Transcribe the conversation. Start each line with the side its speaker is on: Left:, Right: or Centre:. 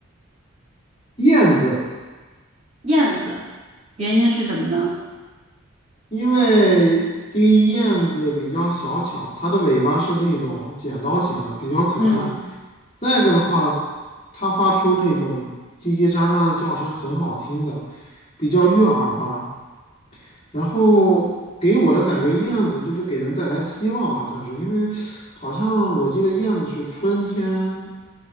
Left: 燕子。
Right: 燕子，原因是什么呢？
Left: 因为第一燕子比较小巧，它的尾巴是那种剪刀型的，比较可爱。
Right: 嗯，
Left: 再一个的话，它发出那种叽叽喳喳的叫声，很好听的，比较悦耳吧。然后给我的感觉，燕子就是给人带来希望吧，算是，因为好像我记得燕子是春天